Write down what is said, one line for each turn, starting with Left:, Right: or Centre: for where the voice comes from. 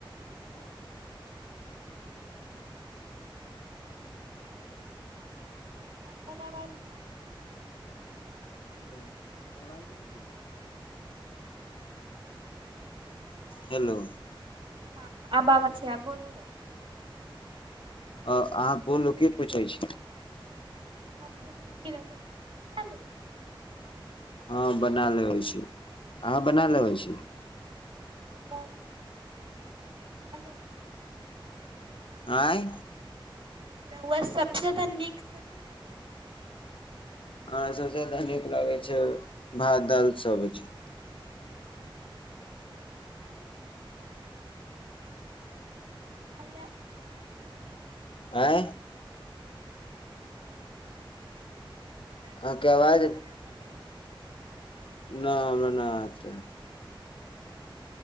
Left: हँ
Right: <unintelligible>
Left: हेलो हमर अवाज नइ जाइ रहै छी हेलो
Right: हँ आब आबै छै आब बोलू न
Left: आ अहाँ बोलू की पूछैत छी
Right: हम पूछै छी रौआ खाना खा लेलिये
Left: हँ बना लेबै छी अहाँ बना लेबै छी
Right: <unintelligible>
Left: आँय
Right: रौआ सबसे ज्यादा नीक कथि लागलै
Left: हमरा सभसँदा नीक लागै छै भात दाइल सब्जी
Right: रउआ भात <unintelligible>
Left: आय
Right: दाल
Left: अहाके
Right: भुजिया
Left: आवाज
Right: बनाबे आवल है?
Left: न हमरा नहि आत रहे